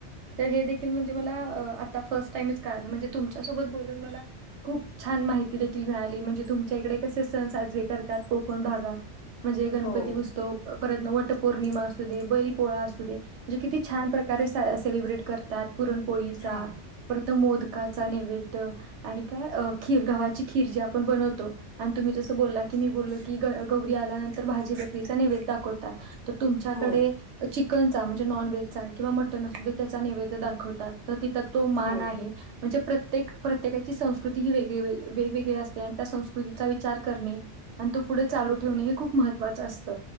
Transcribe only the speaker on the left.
हो
हा
होय
हो